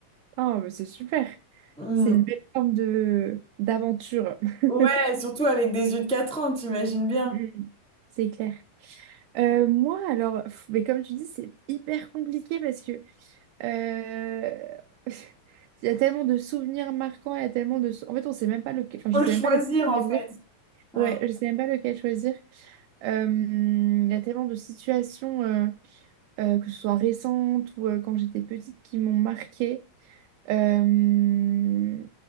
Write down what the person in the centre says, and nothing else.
Mm.
Ouais, surtout avec des yeux de 4 ans, t'imagines bien.
Faut
le choisir,
en fait. Ouais.